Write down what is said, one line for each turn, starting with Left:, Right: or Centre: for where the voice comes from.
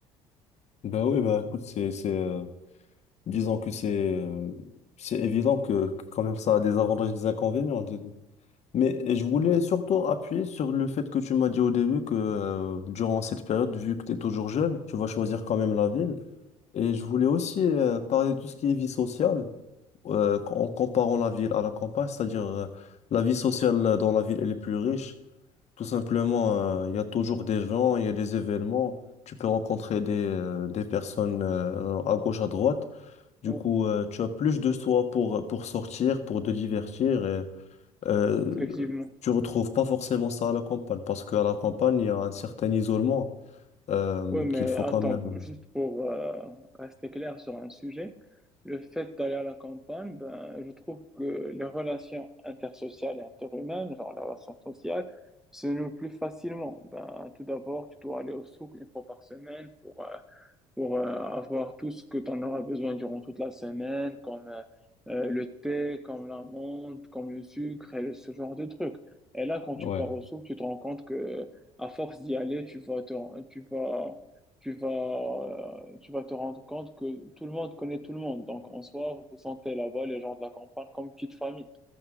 Left: Ben oui, ben écoute, c'est, c'est, euh, disons que c'est, euh, c'est évident que, que quand même ça a des avantages et des inconvénients. des- Mais je voulais surtout appuyer sur le fait que tu m'as dit au début que euh, durant cette période, vu que tu es toujours jeune, tu vas choisir quand même la ville. Et je voulais aussi euh, parler de tout ce qui est vie sociale. euh, en comparant la ville à la campagne, c'est-à-dire euh, la vie sociale euh, dans la ville, elle est plus riche. Tout simplement, euh, il y a toujours des gens, il y a des événements, tu peux rencontrer des, euh, des personnes euh, à gauche, à droite. Du
Centre: Ouais,
Left: coup, euh, tu as plus de soi pour, pour sortir, pour te divertir. Et, euh,
Centre: Effectivement.
Left: tu retrouves pas forcément ça à la campagne, parce qu'à la campagne, il y a un certain isolement euh,
Centre: Oui, mais
Left: qu'il faut
Centre: attends,
Left: quand même...
Centre: pour- juste pour euh, rester clair sur un sujet, le fait d'aller à la campagne, ben, je trouve que les relations intersociales et interhumaines, genre la relation sociale, se nouent plus facilement. Ben, tout d'abord, tu dois aller au souk une fois par semaine pour euh, pour euh, avoir tout ce que tu en auras besoin durant toute la semaine, comme euh, euh, le thé, comme l'amande, comme le sucre et ce genre de trucs. Et là, quand
Left: Ouais.
Centre: tu pars au souk, tu te rends compte que à force d'y aller, tu vas te, tu vas, tu vas, euh, tu vas te rendre compte que tout le monde connaît tout le monde. Donc, en soi, vous vous sentez là-bas les gens de la campagne comme une petite famille.